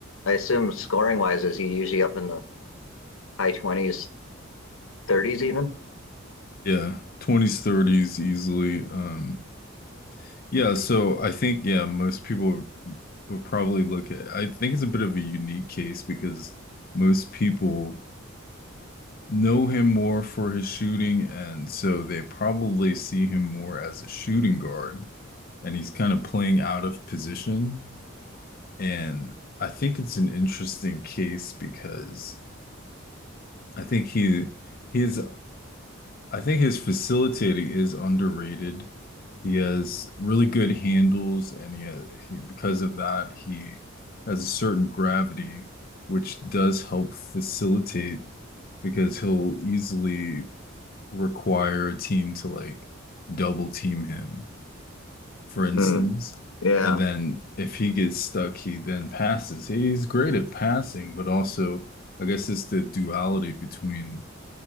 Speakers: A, on the left; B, on the left.
A: I assume scoring wise, is he usually up in the high 20s, 30s even?
B: yeah, 20s, 30s easily. Um Yeah, so I think yeah, most people would probably look at I think it's a bit of a unique case because most people know him more for his shooting and so they probably see him more as a shooting guard and he's kind of playing out of position and I think it's an interesting case because I think he his I think his facilitating is underrated. He has really good handles, and he, has, he because of that, he has a certain gravity, which does help facilitate because he'll easily require a team to like double team him, for instance.
A: Hmm. Yeah.
B: And then if he gets stuck, he then passes. He's great at passing, but also, I guess it's the duality between